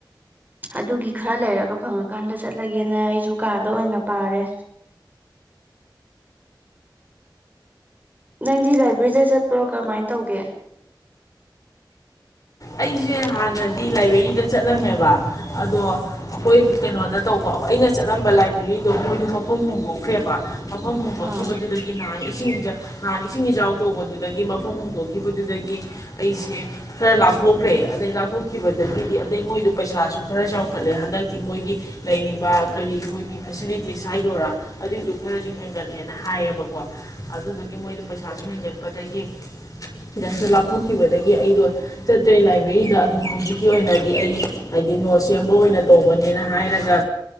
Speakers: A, on the right; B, on the left.
A: ꯑꯗꯨꯒꯤ ꯈꯔ ꯂꯩꯔꯒ ꯐꯪꯉꯀꯥꯟꯗ ꯆꯠꯂꯒꯦꯅ ꯑꯩꯁꯨ ꯀꯥꯗ ꯑꯣꯏꯅ ꯄꯥꯔꯦ ꯅꯪꯗꯤ ꯂꯥꯏꯕ꯭ꯔꯦꯔꯤꯗ ꯆꯠꯄ꯭ꯔꯣ ꯀꯔꯃꯥꯏꯅ ꯇꯧꯒꯦ
B: ꯑꯩꯁꯦ ꯍꯥꯟꯅꯗꯤ ꯂꯥꯏꯕ꯭ꯔꯦꯔꯤꯗ ꯆꯠꯂꯝꯃꯦꯕ ꯑꯗꯣ ꯑꯩꯈꯣꯏ ꯀꯩꯅꯣꯗ ꯇꯧꯕ ꯑꯩꯅ ꯆꯠꯂꯝꯝꯕ ꯂꯥꯏꯕ꯭ꯔꯦꯔꯤꯗꯣ ꯃꯣꯏꯗ ꯃꯐꯝ ꯍꯣꯡꯗꯣꯛꯈ꯭ꯔꯦꯕ ꯑꯕꯨ ꯍꯥꯎ
A: ꯑꯥ
B: ꯍꯤꯗꯤ ꯂꯩ ꯅꯍꯥꯟꯅ ꯏꯁꯤꯡ ꯏ ꯅꯥꯟꯅ ꯏꯁꯤꯡ ꯏꯆꯥꯎ ꯇꯧꯕꯗꯨꯗꯒꯤ ꯃꯐꯝ ꯍꯣꯡꯗꯣꯛꯈꯤꯕꯗꯨꯗꯒꯤ ꯑꯩꯁꯦ ꯈꯔ ꯂꯥꯛ ꯊꯣꯛꯈ꯭ꯔꯦ ꯑꯗꯩ ꯂꯥꯎꯞꯊꯣꯛꯈꯤꯕꯗꯒꯤꯗꯤ ꯑꯗꯩ ꯃꯣꯏꯗ ꯄꯩꯁꯥꯁꯨ ꯈꯔ ꯆꯥꯎꯈꯠꯂꯦ ꯍꯟꯗꯛꯇꯤ ꯃꯣꯏꯒꯤ ꯂꯩꯔꯤꯕ ꯀꯔꯤ ꯃꯣꯏꯒꯤ ꯐꯦꯁꯤꯂꯤꯇꯤꯁ ꯍꯥꯏꯗꯣꯏꯔꯥ ꯑꯗꯨꯏꯗꯨ ꯈꯔꯁꯨ ꯍꯦꯟꯒꯠꯂꯦ ꯍꯥꯏꯌꯦꯕꯀꯣ ꯑꯗꯨꯗꯨ ꯃꯣꯏꯅ ꯄꯩꯁꯥꯁꯨ ꯍꯦꯟꯒꯠꯄꯗꯒꯤ ꯈꯤꯇꯪꯁꯨ ꯂꯥꯞꯊꯣꯛꯈꯤꯕꯗꯒꯤ ꯑꯩꯗꯣ ꯆꯠꯇ꯭ꯔꯦ ꯂꯥꯏꯕ꯭ꯔꯦꯔꯤꯗ ꯑꯗꯨꯝ ꯍꯧꯖꯤꯛꯀꯤ ꯑꯣꯏꯅꯗꯤ ꯑꯩ ꯍꯥꯏꯗꯤ ꯅꯣꯠ ꯁꯦꯝꯕ ꯑꯣꯏꯅ ꯇꯧꯕꯅꯦꯅ ꯍꯥꯏꯔꯒ